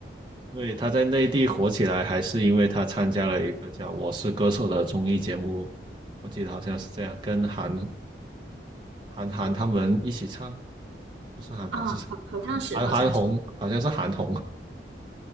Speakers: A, on the right; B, on the right.
A: 对，他在内地火起来，还是因为他参加了一个叫《我是歌手》的综艺节目，我记得好像是这样，跟韩韩寒他们一起唱。不是韩寒是谁韩韩韩红，
B: 啊，好，好像是，好像是。
A: 好像是韩红。